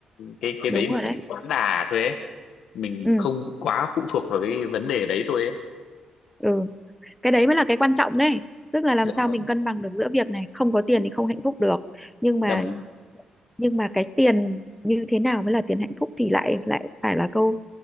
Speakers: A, on the left; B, in the centre.
A: cái cái
B: đúng
A: đấy một
B: rồi đấy
A: cách quá đà thôi ấy mình
B: ừ
A: không quá phụ thuộc vào cái vấn đề đấy thôi ấy
B: ừ cái đấy mới là cái quan trọng đấy tức là làm
A: dạ
B: sao
A: vâng
B: mình cân bằng được giữa việc này không có tiền thì không hạnh phúc được nhưng mà
A: dạ vâng
B: nhưng mà cái tiền như thế nào mới là tiền hạnh phúc thì lại lại phải là câu